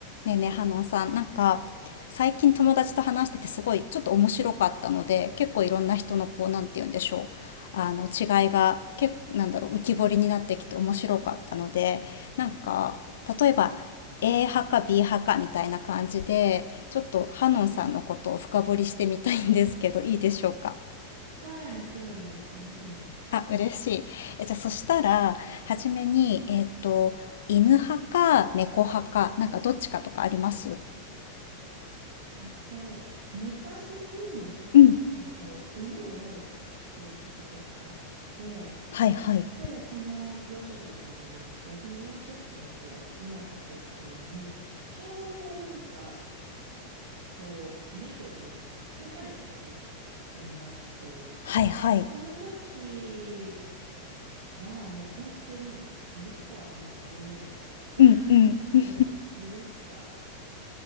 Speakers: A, on the left; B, on the right.
A: ねえねえ、ハノンさん、なんか、最近友達と話しててすごいちょっと面白かったので、結構いろんな人のこう、なんて言うんでしょう。あの、違いが、結構、なんだろう、浮き彫りになってきて面白かったので、なんか、例えば、A 派か B 派かみたいな感じで、ちょっとハノンさんのことを深掘りしてみたいんですけど、いいでしょうか。
B: はい、もちろんです。楽しみ。
A: あ、嬉しい。え、じゃあ、そしたら、はじめに、えっと、犬派か猫派か、なんかどっちかとかあります
B: えっと、昔に、
A: うん。
B: えっと、犬を飼っていたことがあって、
A: はいはい。
B: で、その幼少期の頃なんですけど、その幼少期の頃、犬を飼っていた頃に、ちょうどなんか、こう、猫に引っかかれたことがありまして、
A: はいはい。
B: その時はもう本当に、猫はもうありえない。<laughs>
A: うんうん。
B: もう犬しか。